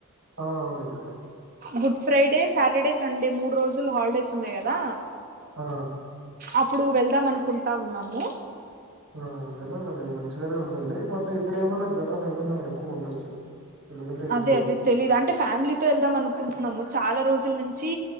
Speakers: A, on the right (about 75°); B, on the right (about 40°).
A: ఆ అవునండి.
B: గుడ్ ఫ్రైడే, సాటర్డే, సండే మూడు రోజులు హాలిడేస్ ఉన్నాయి కదా.
A: ఆ
B: అప్పుడు వెళ్దాం అనుకుంటా ఉన్నాము
A: ఆ విళ్ళడిండి మంచిగానే ఉంటుంది బట్ ఇప్పుడు ఏమన్నా జనాలు ఏమన్నా ఎక్కువ ఉండొచ్చు ఎందుకంటే ఇప్పుడు
B: అదే అదే తెలిదు అంటే ఫ్యామిలీతో వెళ్దాం అనుకుంటున్నాము చాలా రోజుల నుంచి